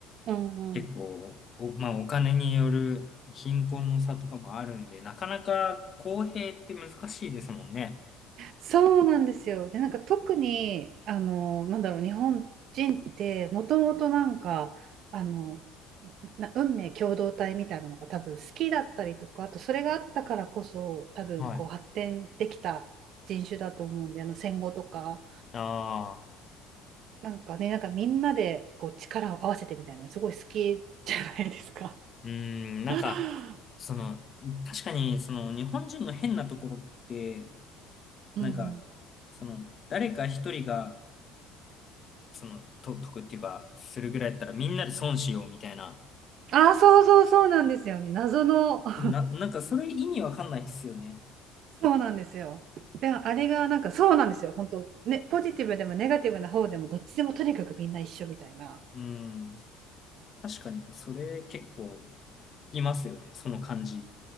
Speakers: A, on the right (about 45°); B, on the left (about 25°).
A: うんうん、
B: 結構、お、まあ、お金による貧困の差とかもあるんで、なかなか公平って難しいですもんね。
A: そうなんですよ。で、なんか特に、あの、なんだろう、日本人ってもともとなんか、あの、な運命共同体みたいなのが多分好きだったりとか、あとそれがあったからこそ多分こう発展できた人種だと思うんで、
B: はい。
A: あの戦後とか、
B: ああ。
A: なんかね、なんかみんなでこう力を合わせてみたいなのすごい好きじゃないですか。
B: うーん、なんか、
A: <laughs>
B: その、確かに、その、日本人の変なところって、
A: うんうん
B: なんか、その、誰か一人が、その、と、得っていうか、するぐらいだったら、みんなで損しようみたいな。
A: ああ、そうそうそうなんですよね。謎の <laughs>
B: な、なんか、それ意味わかんないっすよね。
A: そうなんですよ。で、あれがなんかそうなんですよ。本当ね、ポジティブでもネガティブな方でもどっちでもとにかくみんな一緒みたいな。
B: うーん、確かに、それ結構、いますよね、その感じ。